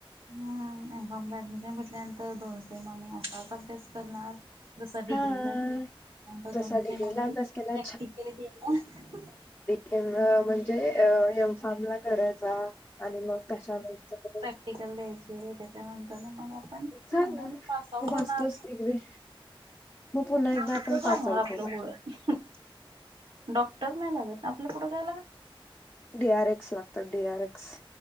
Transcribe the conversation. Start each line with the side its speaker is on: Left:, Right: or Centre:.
Right: हम एमफॉमला ऍडमिशन भेटल्यानंतर दोन सेम आम्ही असा अभ्यास करणार. दुसरा डिग्री
Left: हा
Right: लागेल. त्यानंतर
Left: जसा
Right: दोन
Left: डिग्रीला
Right: सेम आम्ही
Left: अभ्यास
Right: प्रॅक्टिकली
Left: केला
Right: केला.
Left: किंवा म्हणजे अ एम फार्म ला करायचा आणि मग त्याच्यानंतर.
Right: टिकल द्यायचे त्याच्यानंतर ना मग अप- पण
Left: झालं
Right: म्हणली पास आउट
Left: मग
Right: होणार.
Left: मास्टर्स डिग्री मग पुन्हा एकदा
Right: ांग
Left: आपण पास आउट
Right: आपलं
Left: होऊ.
Right: गडं. <unintelligible> अ हं डॉक्टर नाही लागत आपल्या कुढं काय लागत.
Left: डी आर एक्स लागतात डी आर एक्स.